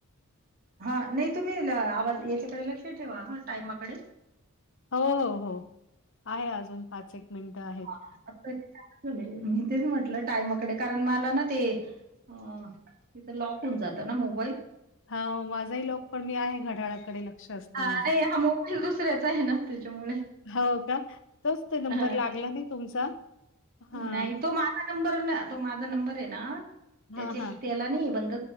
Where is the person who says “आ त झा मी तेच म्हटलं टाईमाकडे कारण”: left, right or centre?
Right